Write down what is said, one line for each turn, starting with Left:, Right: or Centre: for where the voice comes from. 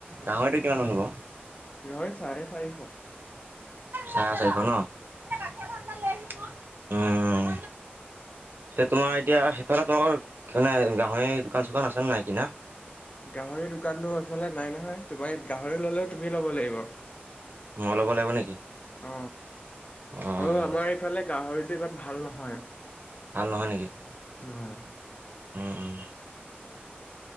Right: গাহৰিটো কিমান মান হব।
Left: গাঁহৰি চাৰে চাৰিশ।
Right: চাৰে চাৰিশ নহঁ উম। এ তোমাৰ এতিয়া সেইফালে তোমাৰ মানে গাঁহৰি দোকাঁন চোকান আছে নাই কিনা।
Left: গাঁহৰিৰ দোকানটো এফালে নাই নহয় তোমাৰ গাঁহৰি ললেও তুমি ল'ব লাগিব।
Right: মই ল'ব লাগিব নেকি?
Left: অ
Right: অঁ
Left: আৰু আমাৰ ইফালে গাঁহৰিটো ইমান ভাল নহয়।
Right: ভাল নহয় নেকি-
Left: নহয় নহয়। <inaudible>
Right: উম উম